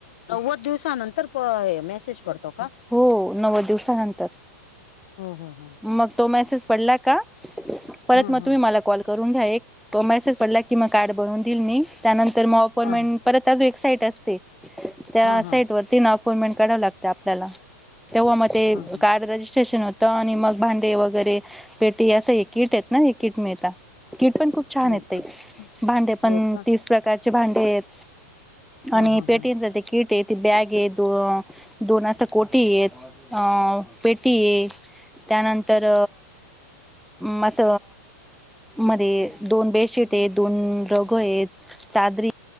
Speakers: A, on the left; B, in the centre.
A: नव्वद दिवसानंतर मेसेज पडतो का?
B: हो नव्वद दिवसानंतर.
A: हो हो हो.
B: मग तो मेसेज पडला का. परत
A: ह
B: मग
A: ह
B: तुम्ही मला कॉल. करून घ्या. एक मेसेज पडला की म कार्ड बनवून दिईन मी त्यानंतर मग अपॉइमेंट
A: ह
B: परत. त्यात एक साईट असते. त्या
A: ह ह
B: साईट वर तीन अपॉइंटमेंट काढावं लागते आपल्याला. तेव्हा मग ते
A: हा
B: कार्ड रजिस्ट्रेशन होतं आणि मग भांडे वगैरे. पेटी हे किट आहेत ना हे किट मिळता. कीट पण खूप.
A: हो
B: छान येत.
A: का
B: भांडे पण
A: हो का
B: तीस. भांडी आहेत.
A: हा
B: आणि
A: हा
B: पेटी
A: हा ह
B: की. ते बॅग आहे दो दोन अस कोटी ये अ पेटी आहे. त्यानंतर. मात. मध्ये दोन बेडशीट आहेत. दोन रघ आहे त. चादरी.